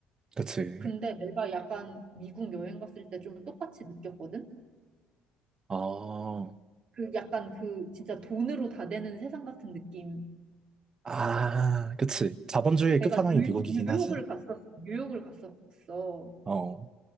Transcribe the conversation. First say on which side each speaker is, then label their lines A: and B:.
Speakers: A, on the right; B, on the right.
A: 그치.
B: 근데 내가 약간 미국 여행 갔을 때 좀 똑같이 느꼈거든?
A: 아,
B: 그 약간 그 진짜 돈으로 다 되는 세상 같은 느낌.
A: 아, 그치. 자본주의의
B: 내가
A: 끝판왕이
B: 뉴,
A: 미국이긴
B: 뉴욕을
A: 하지.
B: 갔었, 뉴욕을 갔었어.
A: 어,